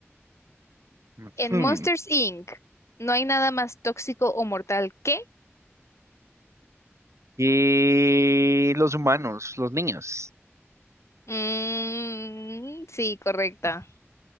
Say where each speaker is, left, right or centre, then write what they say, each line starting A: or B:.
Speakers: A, on the right (about 85°); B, on the left (about 75°).
A: Ujú.
B: en Monsters Inc. no hay nada más tóxico o mortal que...
A: Y los humanos, los niños.
B: Mm, sí, correcta.